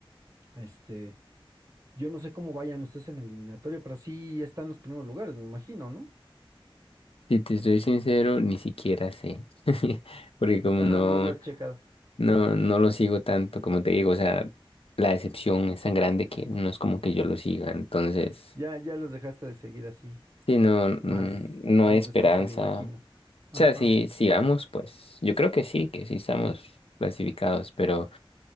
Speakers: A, on the right; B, on the left.
A: Este, yo no sé cómo vayan ustedes en la eliminatoria, pero sí están en los primeros lugares, me imagino, ¿no?
B: Si te estoy sincero, ni siquiera sé. <laughs> Porque como
A: Ah,
B: no,
A: no lo has checado.
B: no, no lo sigo tanto, como te digo, o sea, la decepción es tan grande que no es como que yo lo siga. Entonces,
A: Ya, ya los dejaste de seguir así,
B: si no,
A: más,
B: mm, no
A: más
B: hay esperanza.
A: de cerca, me imagino. Ajá.
B: O sea, si, si vamos, pues, yo creo que sí, que sí estamos clasificados, pero,